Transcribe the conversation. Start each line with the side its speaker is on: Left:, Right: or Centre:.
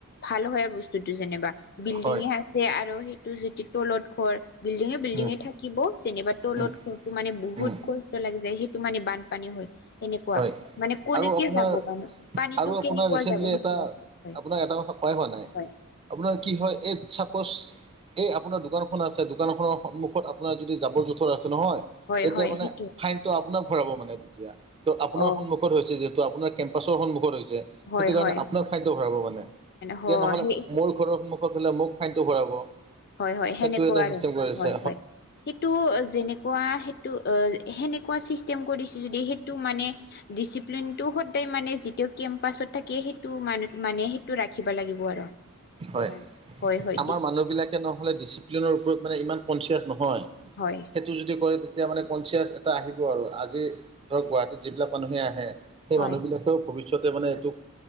Left: ভাল হয় বস্তুটো যেনিবা। বিল্ডিঙে
Right: হয়
Left: আছে আৰু সেইটো যিটো তলত ঘৰ, বিল্ডিঙে বিল্ডিঙে
Right: উম
Left: থাকি- থাকিব। যেনিবা তলত
Right: উম
Left: ঘৰটো মানে বহুত
Right: উম
Left: কষ্ট লাগি যায়, সেইটো মানে বানপানী হয়, সেনে- কুৱা।
Right: হয়
Left: মানে কনেকে
Right: আৰু আপোনাৰ
Left: যাব পানী, পানীটো
Right: আৰু আপোনাৰ
Left: কেনেকুৱা
Right: ৰিচেণ্টলি
Left: যাব? সেইটোৱে
Right: এটা
Left: হয়,
Right: আপোনাক এটা কথা কোৱাই হোৱা নাই।
Left: হয়
Right: আপোনাৰ কি হয়, এই চাপ'জ, এই আপোনাৰ দোকানখন আছে, দোকানখনৰ সন্মুখত আপোনাৰ যদি জাৱৰ-জোঁথৰ আছে নহয়
Left: হয়
Right: তেতিয়া
Left: হয়
Right: মানে
Left: সেইটো
Right: ফাইনটো আপোনাক ভৰাব মানে তেতিয়া। ত' আপোনাৰ
Left: অ
Right: সন্মুখত হৈছে যিহেতু আপোনাৰ কেম্পাছৰ সন্মুখত হৈছে। সেইটোকাৰণে
Left: হয় হয়
Right: আপোনাৰ
Left: হয়
Right: ফাইনটো ভৰাব মানে। এতিয়া
Left: হয়
Right: নহ'লে
Left: সেই
Right: মোৰ ঘৰৰ সন্মুখত হ'লে মোক ফাইনটো ভৰাব।
Left: হয়, হয়,
Right: সেইটো
Left: সেনেকুৱা
Right: এটা চিষ্টেম
Left: আৰু।
Right: কৰিছে
Left: হয়, হয়। সেইটো যেনেকুৱা সেইটো, সেনেকুৱা চিষ্টেম কৰিছে যদি যদি সেইটো মানে ডিচিপ্লিনটো সতে মানে যিটো কেম্পাছত থাকে, সেইটো মানে সেইটো ৰাখিব লাগিব আৰু।
Right: হয়,
Left: মানে হয় হয়
Right: আমাৰ
Left: দিছে
Right: মানুহবিলাকে নহ'লে ডিচিপ্লিনৰ ওপৰত মানে ইমান কনচিয়াচ নহয়।
Left: হয়,
Right: সেইটো যদি কৰে, তেতিয়া মানে কনচিয়াছ এটা আহিব আৰু। আজি ধৰক, গুৱাহাটীত যিবিলাক মানুহে আহে সেই
Left: হয়
Right: মানুহবিলাকেও ভৱিষ্যতে মানে এইটোক,